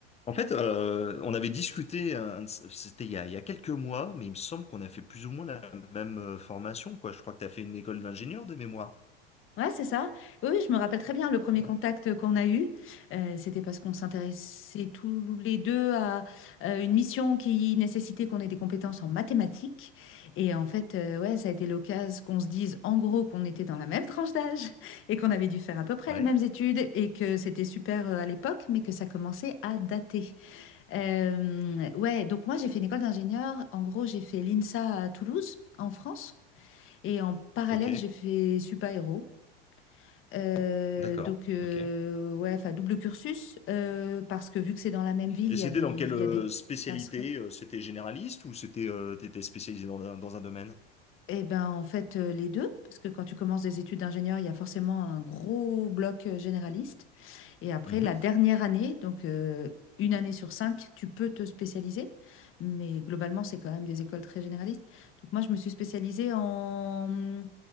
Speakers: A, on the left (about 20°); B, on the left (about 40°).
A: En fait, euh, on avait discuté, un- c'était il y a, il y a quelques mois, mais il me semble qu'on a fait plus ou moins la même euh, formation, quoi. Je crois que tu as fait une école d'ingénieur de mémoire.
B: Ouais, c'est ça. Oui, oui, je me rappelle très bien le premier
A: Ouais.
B: contact euh, qu'on a eu. euh, c'était parce qu'on s'intéressait tous les deux à euh, une mission qui nécessitait qu'on ait des compétences en mathématiques. Et en fait, euh, ouais, ça a été l'occasion qu'on se dise en gros qu'on était dans la même tranche d'âge <laughs> et qu'on avait dû faire à peu près
A: Ouais.
B: les mêmes études et que c'était super euh, à l'époque, mais que ça commençait à dater. Euh, ouais, donc moi, j'ai fait une école d'ingénieur. En gros, j'ai fait l'INSA à Toulouse, en France. Et en parallèle,
A: Ok.
B: j'ai fait Supaéro. Euh,
A: D'accord.
B: donc, euh,
A: Ok.
B: ouais, enfin, double cursus, euh, parce que vu que c'est dans la même ville,
A: Et
B: il
A: c'était
B: y a des,
A: dans
B: il
A: quelle euh,
B: y a des
A: spécialité?
B: passerelles.
A: euh, C'était généraliste ou c'était euh, t'étais spécialisé dans un, dans un domaine?
B: Eh ben, en fait, euh, les deux, parce que quand tu commences des études d'ingénieur, il y a forcément un gros bloc euh, généraliste. Et après,
A: Mhm.
B: la dernière année, donc euh, une année sur cinq, tu peux te spécialiser. Mais globalement, c'est quand même des écoles très généralistes. Donc, moi, je me suis spécialisée en,